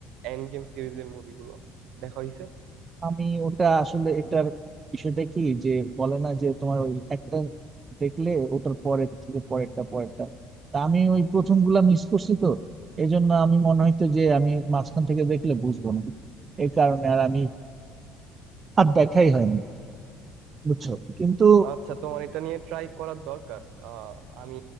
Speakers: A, on the right; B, on the right.
A: এন্ড গেম সিরিজের মুভিগুলো দেখা হয়েছে
B: আমি ওটা আসলে এটার বিষয়টা কি যে বলে না যে তোমার ওই একটা দেখলে ওটার পরের থেকে পরেরটা পরেরটা তা আমি ওই প্রথম গুলা মিস করছি তো এই জন্য আমি মনে হইতো যে আমি মাঝখান থেকে দেখলে বুঝবো না এই কারণে আর আমি আর দেখাই হয়নি বুঝছো কিন্তু
A: আচ্ছা তোমার এটা নিয়ে ট্রাই করার দরকার আহ, আমি